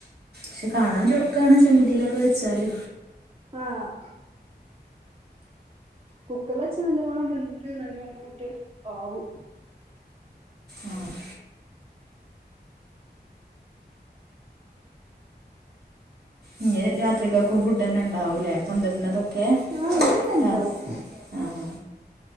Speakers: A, on the right; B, on the right.
A: പക്ഷെ കാണാൻ ചൊർക്കാണ് ചെമ്പട്ടീലൊക്കെ വെച്ചാല്
B: ആഹ് കുക്കറില് വെച്ച നല്ലോണം വെന്ത് നല്ലോണം ഇട്ട് ആവും
A: ആഹ് ഇനി രാത്രിക്കക്കും ഫുഡെന്നെ ഉണ്ടാവൂലേ കൊണ്ടെര്ണതൊക്കെ
B: ആഹ് ഇതന്നെ എന്താവും
A: ആഹ് ആഹ്